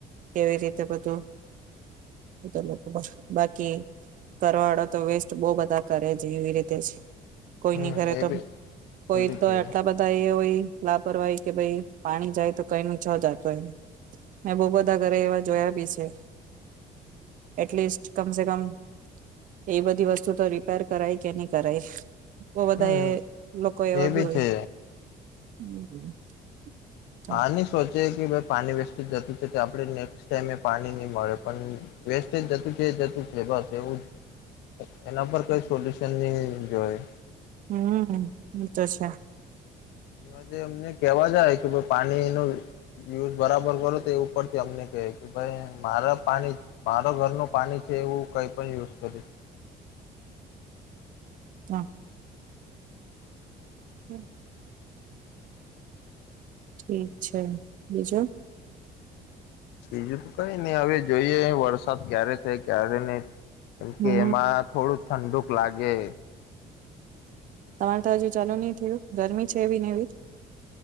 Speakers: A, on the right; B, on the left.
A: કેવી રીતે બધું <unintelligible> લોકો બાકી કરવા વાળો તો વેસ્ટ બહ બધા કરે છે એવી રીતેજ. કોઈ
B: હમ
A: નઈ કરે
B: એ
A: તો,
B: બી
A: કોઈ
B: એ બી
A: તો
B: છે
A: આટલા બધા એ હોય. લાપરવાહી, કે ભાઈ પાણી જાય તો કઈ ની છો જાયતો. એમ મેં બવ બધા ઘરે જોયા બી શે. એટલીસ્ટ કમસે કમ, એ બધી વસ્તુ તો રિપેર કરાય કે ની કરાય. બહુ બધા
B: હમ
A: એ, લોકો એવા
B: એ
A: બી હોય.
B: છે
A: <unintelligible> તો
B: હા, ને સો કે <unintelligible> પાણી વેસ્ટેજ જતું છે તો આપડે નેક્સ્ટ ટાઈમે પાણી નહી મળે પણ, વેસ્ટેજ જતું છે, જતું છે બસ એવું, એના પર કઈ સોલ્યુશન નહી જોય.
A: હમ્મ, એતો છે.
B: અને જે અમને કેવા જાય કે પાણીનો યુઝ બરાબર કરો તો, એ ઉપરથી અમને કહે કે ભાઈ. મારા પાણી મારા ઘરનું પાણી છે. એ હું કઈ પણ યુઝ કરીશ.
A: હા. હમ્મ. ઠીક છે, બીજું?
B: બીજું તો કઈ નહી હવે જોઈએ, વરસાદ ક્યારે થાય ક્યારે નહી કેમકે
A: હમ
B: એમાં થોડુંક ઠંડુક લાગે.
A: તમારે તો હજુ ચાલુ નહી થયું, ગરમી છે એવીને એવી?